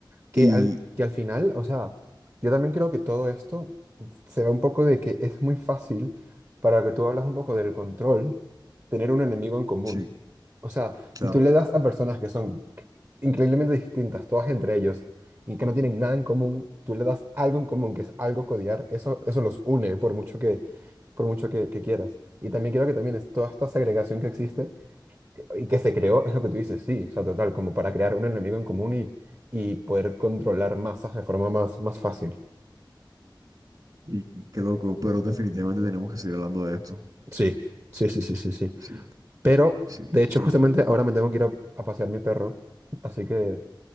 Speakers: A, on the right (about 35°); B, on the right (about 50°).
A: que
B: Y
A: al, que al final, o sea, yo también creo que todo esto se ve un poco de que es muy fácil para lo que tú hablas un poco del control, tener un enemigo en común.
B: sí,
A: O sea,
B: claro.
A: si tú le das a personas que son increíblemente distintas, todas entre ellos, y que no tienen nada en común, tú le das algo en común, que es algo codiar eso, eso los une por mucho que, por mucho que, que quieras. Y también creo que también es toda esta segregación que existe y que se creó, es lo que tú dices, sí, o sea, total, como para crear un enemigo en común y, y poder controlar masas de forma más, más fácil.
B: Y qué loco, pero definitivamente tenemos que seguir hablando de esto.
A: Sí, sí, sí, sí, sí, sí.
B: Sí,
A: Pero,
B: sí.
A: de hecho,
B: Bro,
A: justamente ahora me tengo que ir a, a pasear mi perro, así que